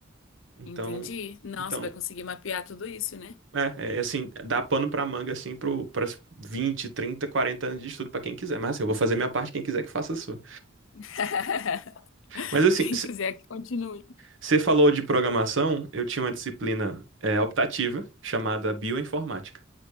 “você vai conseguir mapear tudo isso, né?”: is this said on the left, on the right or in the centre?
Left